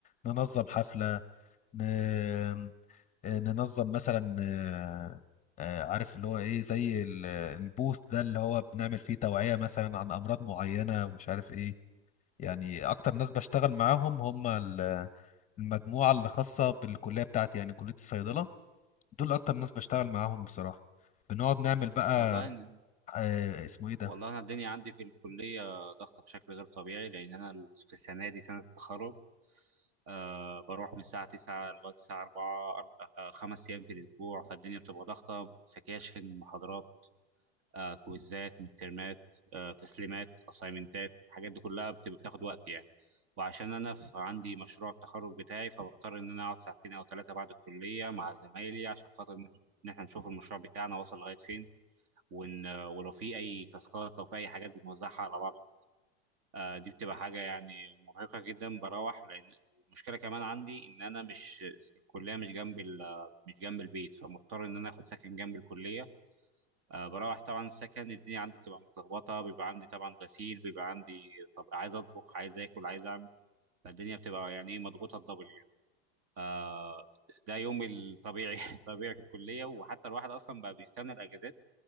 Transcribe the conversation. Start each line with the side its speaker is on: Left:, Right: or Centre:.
Left: ننظم حفلة ن... آه، ننظم مثلا آه، آه، عارف اللي هو ايه زي ال- البوث ده اللي هو بنعمل فيه توعية مثلا عن امراض معينة ومش عارف ايه يعني اكتر ناس بشتغل معاهم هم ال- المجموعة اللي خاصة بالكلية بتاعتي يعني كلية الصيدلة دول اكتر ناس بشتغل معاهم بصراحة بنقعد نعمل بقى
Right: والله
Left: آه، اسمه ايه ده
Right: والله انا الدنيا عندي في الكليه ضغطه بشكل غير طبيعي لان انا في السنه دي سنه التخرج أه بروح من الساعه 9 لغايه الساعه 4 أربع- آه، خمس ايام في الاسبوع فالدنيا بتبقى ضغطه سكاشن محاضرات أه كويزات مترمات أه تسليمات اسايمنتات الحاجات دي كلها بتبقى بتاخد وقت يعني وعشان انا في عندي مشروع التخرج بتاعي فبضطر ان انا اقعد ساعتين او ثلاثه بعد الكليه مع زمايلي عشان خاطر ان إحنا- إن إحنا نشوف المشروع بتاعنا وصل لغايه فين وان ولو في اي تاسكات لو في اي حاجات بنوزعها على بعض آه، دي بتبقى حاجه يعني مرهقه جدا بروح لان المشكله كمان عندي ان انا مش الكليه مش جنب ال- مش جنب البيت فمضطر ان انا اخد سكن جنب الكليه آه، بروح طبعا السكن الدنيا عندي بتبقى متلخبطه بيبقى عندي طبعا غسيل بيبقى عندي طب عايز اطبخ عايز اكل عايز اعمل فالدنيا بتبقى يعني ايه مضغوطه الدبل يعني آه ده يومي الطبيعي <laughs> طبيعي في الكليه وحتى الواحد اصلا بقى بيستنى الاجازات